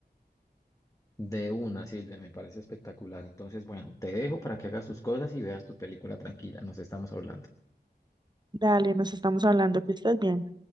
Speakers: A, on the left (about 20°); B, on the right (about 25°).
A: De una, Silvia, me parece espectacular. Entonces, bueno, te dejo para que hagas tus cosas y veas tu película tranquila. Nos estamos hablando.
B: Dale, nos estamos hablando, que estés bien.